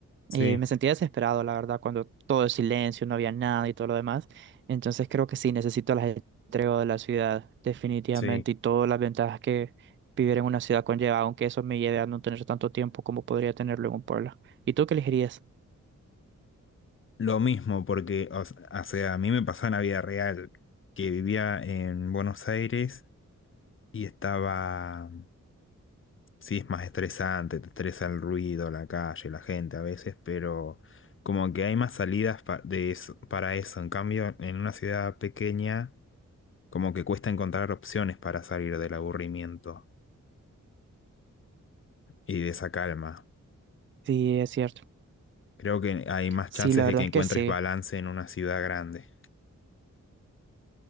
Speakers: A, on the left; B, on the right.
A: sí,
B: eh, me sentía desesperado, la verdad, cuando todo es silencio, no había nada y todo lo demás. Entonces creo que sí, necesito el ajetreo de la ciudad, definitivamente,
A: sí.
B: y todas las ventajas que vivir en una ciudad conlleva, aunque eso me lleve a no tener tanto tiempo como podría tenerlo en un pueblo. ¿Y tú qué elegirías?
A: Lo mismo, porque, o s- o sea, a mí me pasó en la vida real, que vivía en Buenos Aires y estaba Sí, es más estresante, te estresa el ruido, la calle, la gente a veces, pero como que hay más salidas pa- de eso- para eso. En cambio, en una ciudad pequeña, como que cuesta encontrar opciones para salir del aburrimiento y de esa calma.
B: Sí, es cierto.
A: Creo que hay más
B: Sí,
A: chances
B: la
A: de
B: verdad
A: que encuentres
B: que sí.
A: balance en una ciudad grande.